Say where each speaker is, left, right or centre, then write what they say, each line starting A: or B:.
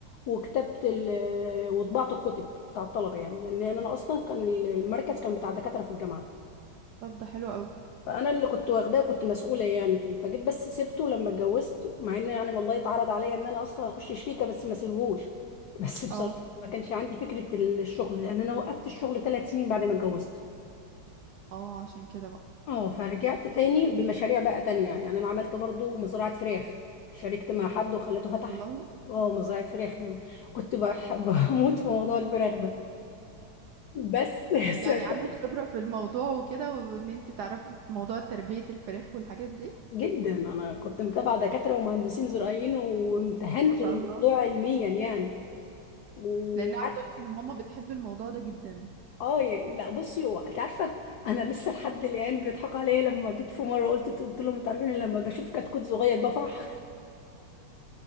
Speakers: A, on the left; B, on the right.
A: وكتبت ال... وطبعت الكتب بتاع الطلبة يعني لان انا اصلا كان المركز كان بتاع دكاترة في الجامعة
B: طب ده حلو قوي
A: فانا اللي كنت واخداه وكنت مسؤوله يعني فيه فجيت بس سبته لما اتجوزت مع ان يعني والله اتعرض عليا ان انا اصلا اخش شريكه بس ما سيبهوش <laughs> بس بصراحه
B: اه
A: ما كانش عندي فكره الشغل لان انا وقفت الشغل ثلاث سنين بعد ما اتجوزت
B: اه عشان كده بقى
A: اه فرجعت تاني بمشاريع بقى تانية يعني انا عملت برضو مزرعة فراخ شاركت مع حد وخلته فتح
B: والله
A: اه مزرعة فراخ يعني كنت بح- <laughs> بموت في موضوع الفراخ ده بس <laughs>
B: يعني
A: صدق
B: عندك خبره في الموضوع وكده وان انت تعرفي في موضوع تربيه الفراخ والحاجات دي
A: جدا انا كنت متابعة دكاترة ومهندسين زراعيين وامتهنت
B: ما شاء
A: الموضوع
B: الله
A: علميا يعني وقعدت
B: لان عايزه اقولك ان ماما بتحب الموضوع ده جدا
A: اه يعني لا بصي هو انت عارفه انا لسه لحد الان بيضحكوا عليا لما جيت في مره قلت قلت لهم انتوا عارفين أنا لما بشوف كتكوت صغير بفرح